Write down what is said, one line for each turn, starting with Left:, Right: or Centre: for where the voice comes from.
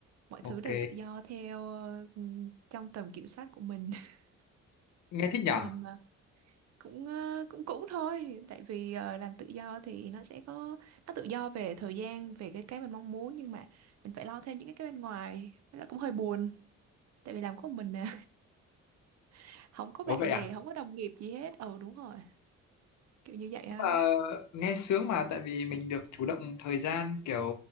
Right: Mọi
Left: ok
Right: thứ đều tự do theo ờ, ừm, trong tầm kiểm soát của mình. <laughs>
Left: nghe thích nhở
Right: Làm ờ, cũng ờ, cũng cũng thôi, tại vì ờ, làm tự do thì nó sẽ có nó tự do về thời gian, về cái cái mình mong muốn nhưng mà mình phải lo thêm những cái cái bên ngoài, với lại cũng hơi buồn. Tại vì làm có một mình nè, <laughs> không có
Left: ủa
Right: bạn
Left: vậy
Right: bè,
Left: à
Right: không có đồng nghiệp gì hết. ờ đúng rồi. kiểu như vậy
Left: nhưng
Right: á
Left: mà nghe sướng mà tại vì mình được chủ động thời gian kiểu